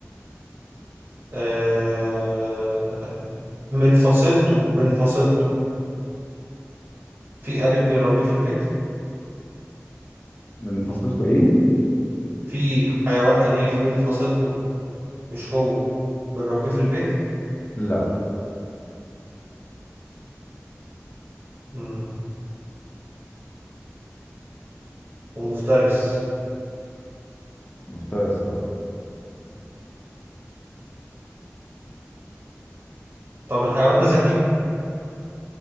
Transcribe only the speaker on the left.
من فصيلته ايه؟
لا
مفترس اه